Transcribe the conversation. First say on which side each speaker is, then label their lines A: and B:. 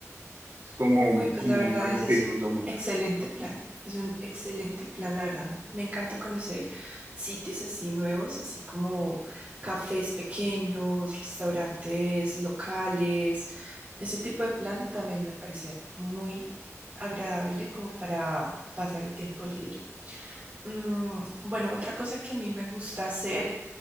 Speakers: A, on the right (about 50°); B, on the right (about 30°).
A: Es como,
B: Uy, pues
A: como
B: la verdad,
A: algo
B: ese
A: que
B: es
A: disfruto
B: un
A: mucho.
B: excelente plan. Es un excelente plan, la verdad. Me, me encanta conocer sitios así nuevos, así como cafés pequeños, restaurantes locales. Ese tipo de plan también me parece muy agradable como para pasar el tiempo libre. Mm, bueno, otra cosa que a mí me gusta hacer